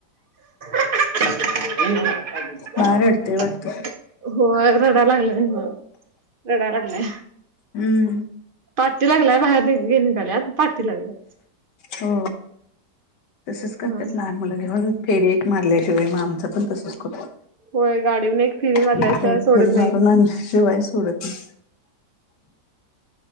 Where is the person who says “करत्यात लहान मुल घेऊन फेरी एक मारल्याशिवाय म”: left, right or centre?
Left